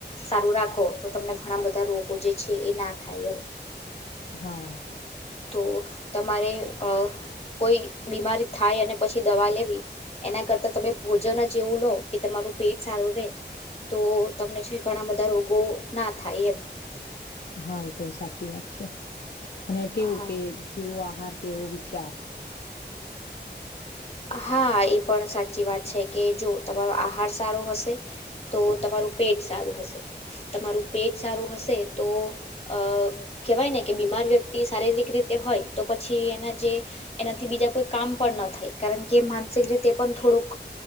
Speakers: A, on the left (about 35°); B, on the left (about 60°).
A: સારું રાખો તો તમને ઘણા બધા રોગો જે છે એ ના થાય એમ
B: હા
A: તો તમારે અ કોઈ બીમારી થાય અને પછી દવા લેવી એના કરતાં તમે ભોજન જ એવું લો કે તમારું પેટ સારું રહેે તો તમને છે, ઘણા બધા રોગો ના થાય એમ
B: હા એ તો સાચી વાત છે, અને કેવું
A: હા
B: કે જેવો આહાર તેવો વિચાર
A: હા એ પણ સાચી વાત છે કે જો તમારો આહાર સારો હશે તો તમારું પેટ સારું હશે. તમારું પેટ સારું હશે તો અ કેહેવાય ને કે બીમાર વ્યક્તિ શારીરિક રીતે હોય તો પછી એના જે એનાથી બીજા કોઈ કામ પણ ન થાય. કારણ કે માનસિક રીતે પણ થોડોક